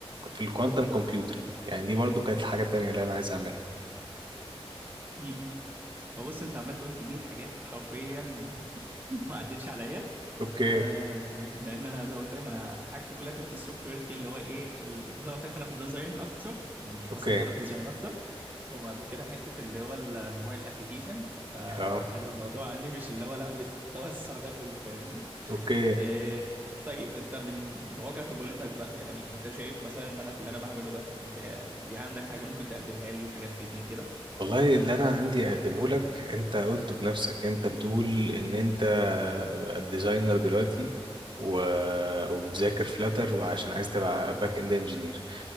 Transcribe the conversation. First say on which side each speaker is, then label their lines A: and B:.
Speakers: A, on the right; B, on the right.
A: في الكوانتم كومبيوتنج يعني دي برضه كانت الحاجه التانيه اللي انا عايز اعملها
B: م- م. هو بص انت عمال تقول كميه حاجات حرفيا <laughs> ما عدتش عليا
A: اوكي
B: آه لان انا زي ما قلت لك انا حاجتي كلها كانت في السوفت وير في اللي هو ايه ال- زي ما قلت لك انا في الديزاين اكتر يعني
A: اوكي
B: اصلا دخلت ديزاين اكتر وبعد كده حته اللي هو ال- الموبايل ابلكيشن فكان
A: اه
B: الموضوع عندي مش اللي هو لا بالتوسع ده كله فاهمني
A: اوكي
B: آه طيب انت من من واقع خبرتك بقى يعني انت شايف مثلا ان انا في اللي انا بعمله ده انت ليه عندك حاجه ممكن تقدمها لي حاجه تفيدني كده
A: والله اللي انا عندي اقدمه لك انت قلته بنفسك انت بتقول ان انت ديزاينر دلوقتي و... وبذاكر فلاتر وعشان عايز تبقى باك اند انجينير